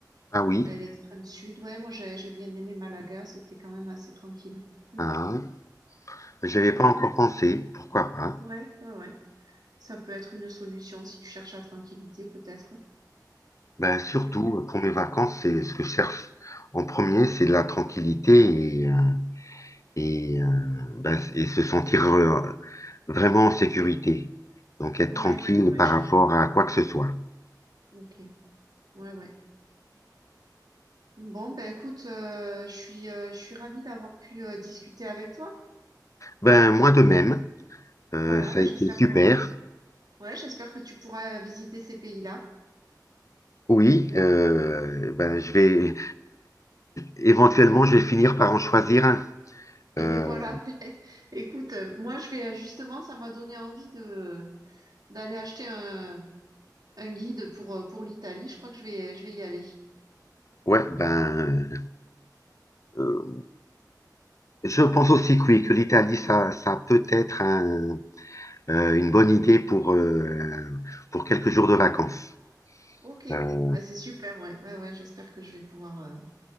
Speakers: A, on the left; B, on the right.
A: ah oui,
B: de l'extrême sud. Ouais, moi j'ai j'ai bien aimé Malaga, c'était quand même assez tranquille. Mm.
A: ah, je pas
B: Ouais,
A: encore pensé, pourquoi pas.
B: ouais, ouais, ouais. Ça peut être une solution si tu cherches la tranquillité, peut-être.
A: Ben, surtout,
B: Ouais,
A: pour mes vacances, c'est ce que je cherche en premier, c'est de la tranquillité et, euh, et, euh, ben, et se sentir euh, vraiment en sécurité. Donc être
B: ouais,
A: tranquille
B: ouais, ouais,
A: par
B: je
A: rapport
B: comprends.
A: à quoi que ce soit.
B: Ok, ouais, ouais. Bon, ben écoute, euh, je suis, euh, je suis ravie d'avoir pu euh, discuter avec toi.
A: Ben moi de même, euh,
B: Voilà,
A: ça
B: ben
A: a été
B: j'espère
A: super.
B: qu'on, ouais, j'espère que tu pourras euh, visiter ces pays-là.
A: Oui, euh, ben je vais éventuellement je vais finir par en choisir un.
B: Et
A: Euh,
B: ben voilà, <laughs> ben, écoute, euh, moi je vais euh, justement, ça m'a donné envie de d'aller acheter un, un guide pour, euh, pour l'Italie. Je crois que je vais, je vais y aller.
A: ouais, ben euh, je pense aussi que oui, que l'Italie ça, ça peut être un, euh, une bonne idée pour euh, pour quelques jours de vacances.
B: Ok,
A: Euh,
B: bah, c'est super, ouais. Ouais, ouais, j'espère que je vais pouvoir, euh,